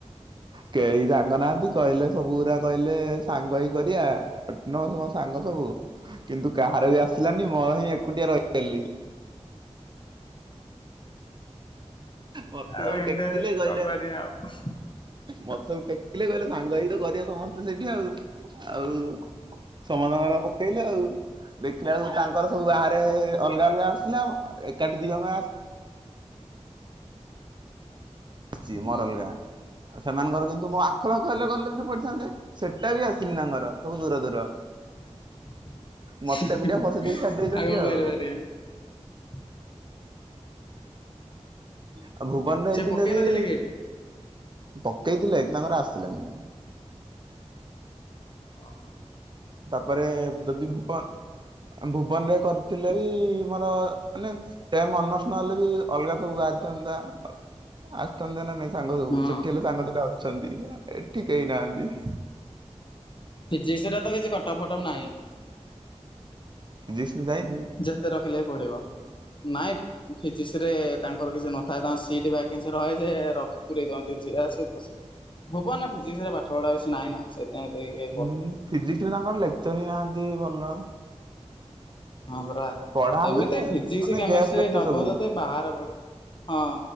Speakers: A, on the right; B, on the left.
A: କେହି ସାଙ୍ଗ ନାହାନ୍ତି କହିଲେ ସବୁ ଗୁରା କହିଲେ ସାଙ୍ଗ ହେଇ କରିବା? <inaudible> ମୋ ସାଙ୍ଗ ସବୁ କିନ୍ତୁ କାହାର ବି ଆସିଲାନି ମୋର ହିଁ ଏକୁଟିଆ ରହିଗଲି। ମତେ
B: ଆଉ
A: ସବୁ
B: ଏଣ୍ଡେ
A: ଟେକିଲେ କହିଲେ
B: କଣ କରିବା ଆଉ
A: ମତେ ସବୁ ଟେକିଲେ କହିଲେ ସାଙ୍ଗ ହେଇକିତ କରିବା ସମସ୍ତେ ସେଠି ଆଉ ଆଉ ସମାନ ପକେଇଲେ ଆଉ ଦେଖିଲା ବେଳକୁ ତାଙ୍କର ସବୁ ବାହାରେ ଅଲଗା ଅଲଗା ଆସିଲା ଆଉ ଏକାଟିି ଦି ଜଣ ଚି
B: ହୁଁ
A: ମୋର ଆଲଗା ସେମାନଙ୍କର ଆସିଚି କିନ୍ତୁ କଣ କଲେ ଗଲେ ବି କଲେଜରେ ପଢ଼ିଥାନ୍ତେ ସେଟାବି ଆସିନି ତାଙ୍କର ସବୁ ଦୂର ଦୂର
B: ଆଉ
A: ମତେ
B: କଣ
A: ଏକୁଟିଆ ଫସେଇ ଦେଇକି ଛାଡି ଦେଇଛନ୍ତି ଆଉ।
B: କରିପାରିବା?
A: ଆଉ ଭୁବନରେ
B: ସେ
A: ହେଇଥିଲେ?
B: ପକେଇ
A: ହେଲେ
B: ନଥିଲେ କି ଏଠି
A: ପକେଇଥିଲେ ଏଇଠି ତାଙ୍କର ଆସିଲାନି?
B: ଅହ।
A: ତାପରେ ଯଦି ଭୁବନ ଭୁବନରେ କରିଥିଲେ ବି ମୋର ମାନେ ସେ ଅନର୍ସ ନହେଲେ ବି ଅଲଗା ସବୁ ବାହାରିଥାନ୍ତା ଆସିଥାନ୍ତା ନା ନାହିଁ? ସାଙ୍ଗ ସବୁ
B: ହଁ
A: ସେଠି ହେଲେ ସାଙ୍ଗ ଦିଟା ଅଛନ୍ତି ଏଠି କେହି ନାହାନ୍ତି?
B: ଫିଜିକ୍ସର ତ କିଛି କଟଅପ ଫଟପ ନାହିଁ।
A: ଫିଜିକ୍ସର ନାହିଁ।
B: ଯେତେ ରଖିଲେ ବି ପଡିବ ନାଇଁ ଫିଜିକ୍ସରେ ତାଙ୍କର କିଛି ନଥାଏ ତାଙ୍କର ସିଟ ଭାକେନ୍ସି ରହେ ଯେ ପୂରେଇଦିଅନ୍ତି ଯିଏ ଆସିଲା ପସିଲା। ଭୁବନ ଫିଜିକ୍ସରେ ପାଠପଢା ବେଶୀ ନାଇ ନା <inaudible>
A: ହୁଁ ଫିଜିକ୍ସରେ ତାଙ୍କର ଲେକ୍ଚର ହିଁ ନାହାନ୍ତି ଭଲ।
B: ହଁ ପରା
A: ପଢା
B: ଏମିତି
A: ହୁଏ ଯେ
B: ଫିଜିକ୍ସ
A: ମାନେ
B: କେମେଷ୍ଟ୍ରି
A: ଗେଷ୍ଟ ଲେକ୍ଚର
B: ନବ
A: ସବୁ।
B: ଯଦି ବାହାରେ ପଢିବ ହଁ।